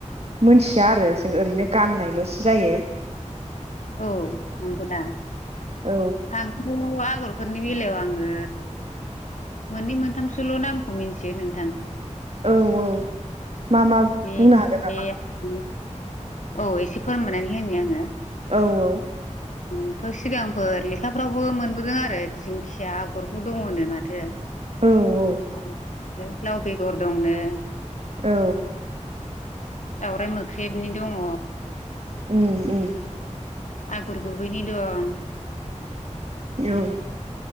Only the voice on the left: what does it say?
औ नंगौ दा।
आंथ' आगरफोरनि बेलायाव आङो मोननै मोनथामसोल' नामखौ मिथियो नोंथां।
<inaudible> बे
<unintelligible> औ एसे फोरमायनानै होनो आङो।
नोंथ' सिगांफोर लेखाफ्रावबो मोनबोदों आरो दिंखिया आगरबो दङनो माथो।
<inaudible> लाव बेगर दंनो।
दावराइ मोख्रेबनि दङ
आगर गुबैनि दं